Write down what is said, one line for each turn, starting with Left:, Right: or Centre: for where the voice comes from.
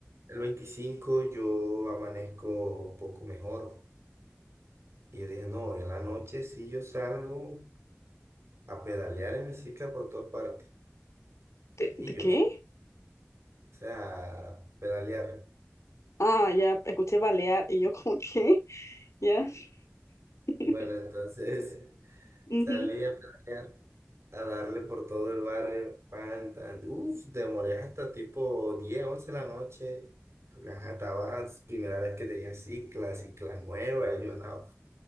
Right: el 25 yo amanezco un poco mejor. Y yo dije, no, en la noche sí yo salgo a pedalear en bicicleta por todas partes.
Left: ¿De,
Right: Y
Left: de
Right: yo,
Left: qué?
Right: o sea, pedalear.
Left: Ah, ya, escuché balear y yo como, ¿qué? ¿Ya? <laughs>
Right: Bueno, entonces <laughs> salí
Left: Ujú,
Right: a pedalear, a darle por todo el barrio. Pan, tan. Uf, demoré hasta tipo 10 11 de la noche. Porque ajá, estaba primera vez que tenía cicla, cicla nueva. Y yo, no.